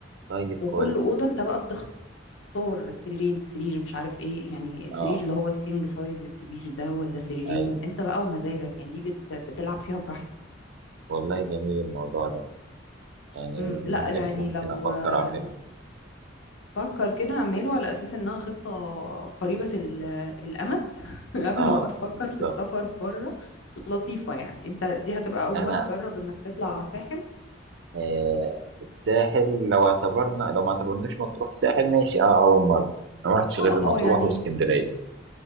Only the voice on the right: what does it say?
طيب
كويس
اه
ايوه
والله جميل الموضوع ده يعني
ممكن
ممكن
افكر
اعمله
اه
بالظبط
انا
آه الساحل لو اعتبرنا لو ما اعتبرناش مطروح ساحل ماشي اه اول مره انا ما رحتش
غير مطروح
واسكندريه